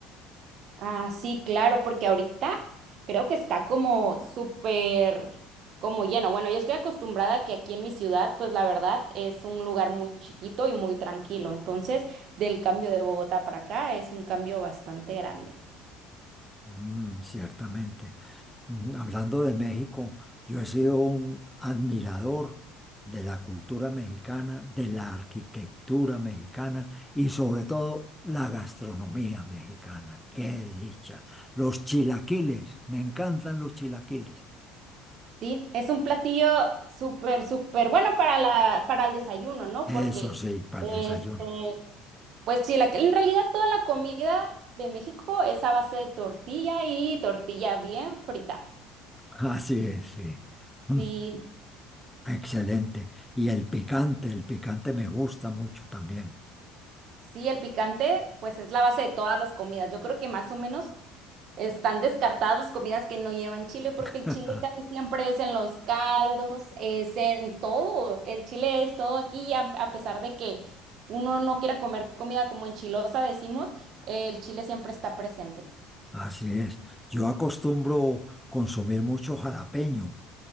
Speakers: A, on the right; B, in the centre.
A: Ah, sí, claro, porque ahorita creo que está como súper, como lleno. Bueno, yo estoy acostumbrada a que aquí en mi ciudad, pues la verdad es un lugar muy chiquito y muy tranquilo, entonces del cambio de Bogotá para acá es un cambio bastante grande.
B: Mm, ciertamente. Mm, Hablando de México, yo he sido un admirador de la cultura mexicana, de la arquitectura mexicana y sobre todo la gastronomía mexicana. Qué dicha. Los chilaquiles, me encantan los chilaquiles.
A: Sí, es un platillo súper, súper bueno para la, para el desayuno, ¿no? Porque,
B: Eso sí, para
A: este,
B: el desayuno.
A: pues sí, la, en realidad toda la comida de México es a base de tortilla y tortilla bien frita.
B: Así es, sí. Mm,
A: Sí,
B: Excelente. Y el picante, el picante me gusta mucho también.
A: sí, el picante, pues es la base de todas las comidas. Yo creo que más o menos Están descartadas las comidas que no llevan chile, porque
B: <laughs>
A: el chile casi siempre es en los caldos, es en todo. El chile es todo aquí, a, a pesar de que uno no quiera comer comida como enchilosa, decimos, el chile siempre está presente.
B: Así es. Yo acostumbro consumir mucho jalapeño.